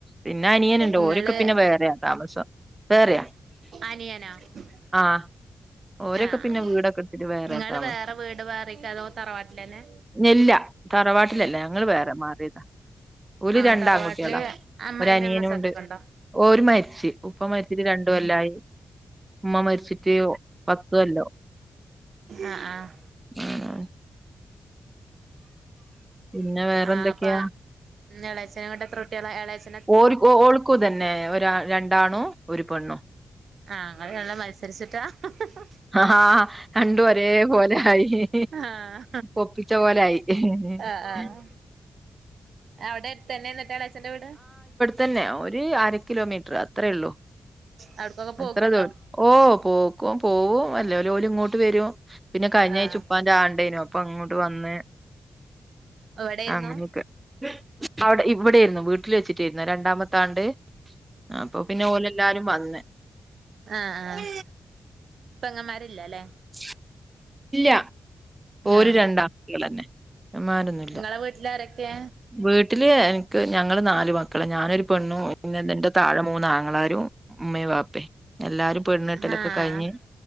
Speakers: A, on the right; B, on the right.
A: പിന്ന അനിയനുണ്ട്
B: നിങ്ങള്
A: ഓരൊക്കെ പിന്നെ വേറെയാ താമസം വേറെയാ
B: <inaudible>
A: ആഹ് ഓരൊക്കെ
B: ആഹ്
A: പിന്നെ വീടൊക്കെ എട്ത്തിട്ട് വേറെ
B: നിങ്ങള്
A: താമസം
B: വേറെ വീട് വേറെക്ക അതോ തറവാട്ടിലന്നെ
A: ഞെല്ല തറവാട്ടിലല്ല ഞങ്ങൾ വേറെ മാറിയതാ ഓര്
B: ആഹ്
A: രണ്ടാൺകുട്ട്യാളാ
B: തറവാട്ടില് അമ്മായിമ്മ
A: ഒരനിയനൂണ്ട്
B: അമ്മോസക്കൊക്കെ ഉണ്ടോ
A: ഓര്‌ മരിച്ച് ഉപ്പ മരിച്ചിട്ട് രണ്ട്കൊല്ലായി ഉമ്മ മരിച്ചിട്ട് ഓ പത്തു കൊല്ലോ
B: ആ ആഹ്
A: ഉം. പിന്നെ വേറെന്തൊക്കെയാ
B: ആഹ് പ്പ എളച്ചനങ്ങോട്ട് എത്ര കുട്ടിയോളാ എളേച്
A: ഓര്‌ ഓ ഓൾക്കുതന്നേ ഒരാ രണ്ടാണും ഒരു പെണ്ണും
B: ആഹ് ഇങ്ങൾ നല്ല മത്സരിച്ചിട്ടാ ഹ് ഹ്
A: ആഹാ ഹാ രണ്ടും ഒരേ പോലെ ആയിഹ്
B: ആഹ്
A: ഒപ്പിച്ച പോലെ ആയി <unintelligible>
B: ആഹ് ആഹ് അവിടെ എര്ത്തെന്നെ ന്നെട്ട്എളച്ചന്റെ വീട്
A: തന്നെ ഒര് അര കിലോമീറ്റർ അത്രേയുള്ളൂ
B: അവിടക്കൊക്കെ പോക്കുണ്ടോ
A: അത്ര ദൂരം ഓ പോക്കും പോവും അല്ലേഓല് ഇങ്ങോട്ട് വരും പിന്നെ കഴിഞ്ഞാഴ്ച
B: ആഹ്
A: ഉപ്പാന്റാണ്ടേനു അപ്പൊ അങ്ങോട്ട് വന്ന്
B: ഇവിടെയായിരുന്നു
A: അങ്ങനെയൊക്കെ അവടെ ഇവിട്യായിരുന്നു വീട്ടിൽ വെച്ചിട്ട്ടായിരുന്നോ രണ്ടാമത്താണ്ട് അപ്പൊ പിന്നെ ഓല് എല്ലാരും വന്ന്
B: ആ ആഹ് പെങ്ങന്മാരില്ലലേ
A: <inaudible> ല്ല ഓര്
B: ആഹ്
A: രണ്ടാങ്കുട്ട്യളെന്നെ ങ്ങമ്മാരൊന്നു
B: ഇങ്ങളെ വീട്ടിലാരൊക്കേ
A: വീട്ടില് എനക്ക് ഞങ്ങള് നാല് മക്കള് ഞാനൊരു പെണ്ണും പിന്നെ ഇന്റെ താഴെ മൂന്നാങ്ങളാരും ഉമ്മേ വാപ്പേ എല്ലാരും പെണ്ണെട്ടലൊക്കെ
B: ആഹ്
A: കഴിഞ്ഞ്